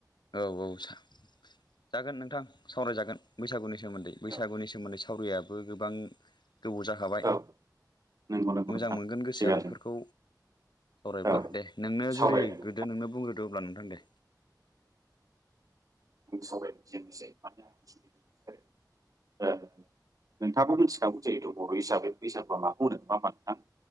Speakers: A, on the left; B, on the right.
A: औ औ सावराय जागोन नोंथां सावरायजागोन बैसागुनि सोमोन्दै बैसागुनि
B: औ
A: सोमोन्दै सावरायियाबो गोबां गोबौ जाखाबाय
B: औ नंगौ नंगौ
A: मोजां
B: नोंथां
A: मोनगोन गोसोआ
B: थिगानो
A: बेफोरखौ सावरायब्ला
B: औ
A: दे नोंनो
B: सावरायलायनो
A: जुरि गोदो नोंनो बुंग्रो अब्ला नोंथां दे
B: <unintelligible> नोंथाङाबो मिन्थिखागौ जेहेथु बर' हिसाबै बैसागुआ माखौ बुङो नङा होमबा नोंथां